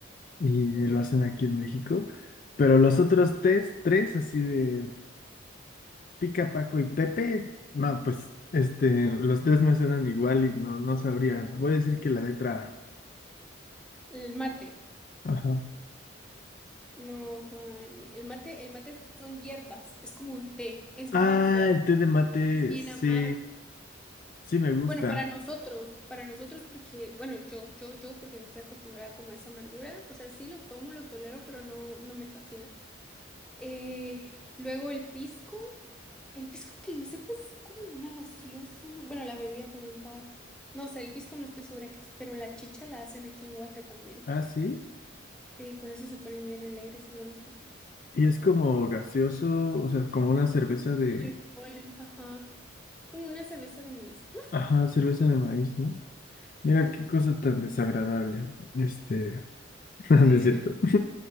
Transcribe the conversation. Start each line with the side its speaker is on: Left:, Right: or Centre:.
Left: y lo
Centre: Ok,
Left: hacen aquí en México. Pero los
Centre: ok.
Left: otros tres, tres así de, Pica, Paco y Pepe. No, pues este, los tres me suenan igual y no, no sabría. Voy a decir que la letra
Centre: El mate.
Left: A. Ajá.
Centre: No, Juan. El mate, el mate son hierbas. Es como un té. Es bien
Left: Ah,
Centre: feo.
Left: el té de mate,
Centre: Es bien
Left: sí,
Centre: amargo.
Left: sí me gusta.
Centre: Bueno, para nosotros, para nosotros porque, bueno, yo, yo, yo, porque no estoy acostumbrada como a esa amargura. O sea, sí lo tomo, lo tolero, pero no, no me fascina. Eh, luego el pisco. El pisco que yo sepa es como una gaseosa, ¿no? Bueno, la bebida fermentada. No sé, el pisco no estoy segura qué es, pero la chicha la hacen aquí en Guate también.
Left: Ah, sí.
Centre: Sí, con eso se ponen bien alegres algunas personas.
Left: Y es como gaseoso, o sea, como una cerveza de,
Centre: Alcohol. Ajá. Como una cerveza de maíz.
Left: ajá, cerveza de maíz, ¿no? Mira
Centre: Sí,
Left: qué cosa tan desagradable. Este, <laughs> no
Centre: sí, es
Left: es cierto.
Centre: bien.